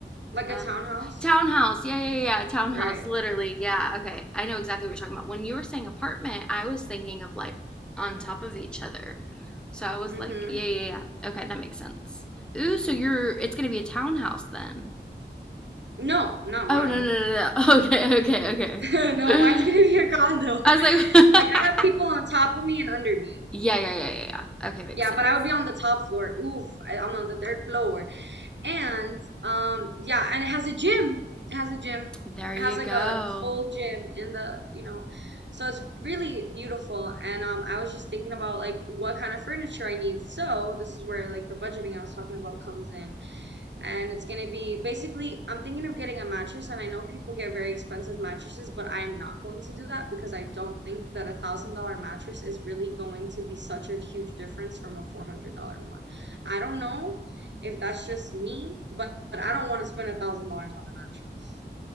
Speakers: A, on the right; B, in the centre.
A: Like
B: Oh,
A: a townhouse?
B: townhouse. Yeah, yeah, yeah. Townhouse.
A: Right.
B: Literally. Yeah. Okay. I know exactly what you're talking about. When you were saying apartment, I was thinking of like on top of each other. So I was
A: Mm-hmm.
B: like, yeah, yeah, yeah. Okay, that makes sense. Ooh, so you're it's gonna be a townhouse then.
A: No, not
B: Oh
A: mine.
B: no no no no. <laughs> Okay, okay, okay.
A: <laughs> No,
B: <laughs>
A: mine's gonna be a condo.
B: I
A: <laughs>
B: was like,
A: Like I have people
B: <laughs>
A: on top of me and under me.
B: yeah, yeah, yeah, yeah, yeah. Okay, makes
A: Yeah,
B: sense.
A: but I would be on the top floor. Oof, I, I'm on the third floor. And um yeah, and it has a gym. It has a gym.
B: There you
A: It has like
B: go.
A: a full gym in the, you know. So it's really beautiful. And um I was just thinking about like what kind of furniture I need. So this is where like the budgeting I was talking about comes in and it's gonna be basically I'm thinking of getting a mattress and I know people get very expensive mattresses, but I am not going to do that because I don't think that a thousand dollar mattress is really going to be such a huge difference from a four hundred dollar one. I don't know if that's just me, but, but I don't want to spend a thousand dollars on a mattress.